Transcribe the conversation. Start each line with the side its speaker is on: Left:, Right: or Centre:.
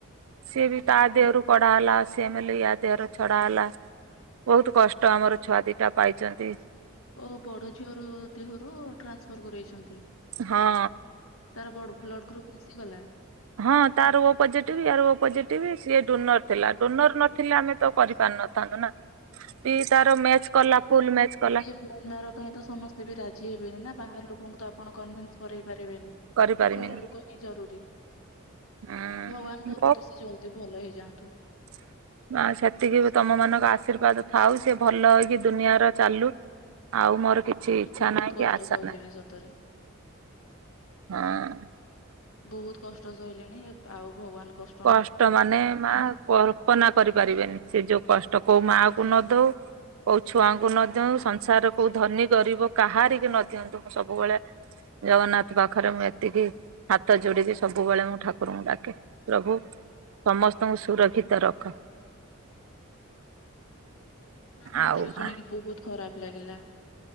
Right: ସିଏ ବି
Left: ହୁଁ।
Right: ତା ଦେହରୁ କଡା ହେଲା ଅଶି ଏମେଲ୍‌ ୟା ଦେହରେ ଛଡା ହେଲା। ବହୁତ କଷ୍ଟ ଆମର ଛୁଆ ଦିଟା ପାଇଛନ୍ତି।
Left: ଓହୋ ବଡ଼ ଝିଅର ଦେହରୁ ଟ୍ରାନ୍ସଫର୍ କରେଇଛନ୍ତି?
Right: ହଁ
Left: ତାର ବଡ ବ୍ଲଡ ଗ୍ରୁପ ମିସିଗଲା।
Right: ହଁ ତାର ଓ ପୋଜେଟିଭ୍ ୟାର ଓ ପଜେଟିଭ ସିଏ ଡୋନର ଥିଲା ଡୋନର ନଥିଲେ ଆମେ ତ କରିପାରୁ ନଥାନ୍ତୁ ନା ବି ତାର ମ୍ୟାଚ କଲା ଫୁଲ ମ୍ୟାଚ କଲା।
Left: ବୋର୍ଣମ୍ୟାରୋ ପାଇଁ ତ ସମସ୍ତେ ବି ରାଜି ହେବେନି ନା ବାହାର ଲୋକଙ୍କୁ ତ ଆପଣ କନଭିନ୍ସ କରେଇ ପାରିବେନି।
Right: କରିପାରିମିନି।
Left: ତ ଘର ଲୋକ ହିଁ ଜରୁରୀ
Right: ହୁଁ
Left: ଭଗବାନ କରନ୍ତୁ ସେ ଜଲଦି ଭଲ ହେଇଯାଆନ୍ତୁ।
Right: <inaudible> ମା ସେତିକି ବି ତମ ମାନଙ୍କ ଆଶୀର୍ବାଦ ଥାଉ ସେ ଭଲ ହେଇକି ଦୁନିଆର ଚାଲୁ। ଆଉ ମୋର କିଛି କି ଇଚ୍ଛା
Left: ମୁଁ ବହୁ
Right: ନାହିଁ
Left: କଷ୍ଟ
Right: ଆଶା
Left: ସହିଲିଣି
Right: ନାହିଁ
Left: ସତରେ।
Right: ହଁ ଅଁ।
Left: ବହୁତ କଷ୍ଟ ସହିଲେଣି ଏପ ଆଉ ଭଗବାନ କଷ୍
Right: କଷ୍ଟ ମାନେ ମା କର କଳ୍ପନା କରିପାରିବେନି ସେ ଯୋଉ କଷ୍ଟ କୋଉ ମାଆକୁ ନଦଉ। କୋଉ ଛୁଆଙ୍କୁ ନଦଉ ସଂସାରରେ କୋଉ ଧନୀ ଗରିବ କାହାରିକୁ ନ ଦିଅନ୍ତୁ ମୁଁ ସବୁବେଳେ ଜଗନ୍ନାଥ ପାଖରେ ମୁଁ ଏତିକି ହାତ ଯୋଡ଼ିକି ସବୁବେଳେ ମୁଁ ଠାକୁରଙ୍କୁ ଡାକେ। ପ୍ରଭୁ ସମସ୍ତଙ୍କୁ ସୁରକ୍ଷିତ ରଖ।
Left: ନା ମତେ
Right: ଆଉ
Left: ବି
Right: ମା
Left: ଶୁଣିକି ବହୁତ ଖରାପ ଲାଗିଲା।